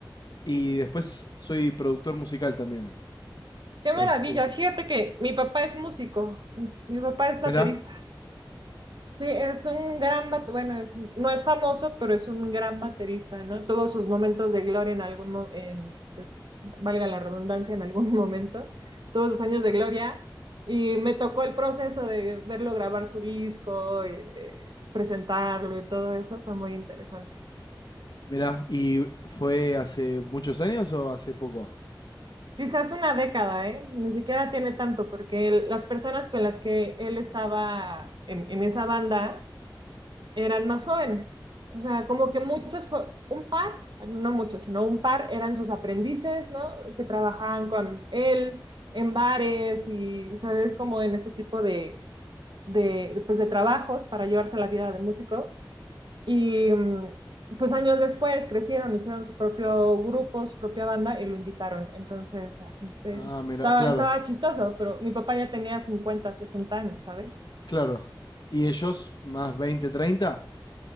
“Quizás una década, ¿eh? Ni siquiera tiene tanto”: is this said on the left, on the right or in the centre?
Right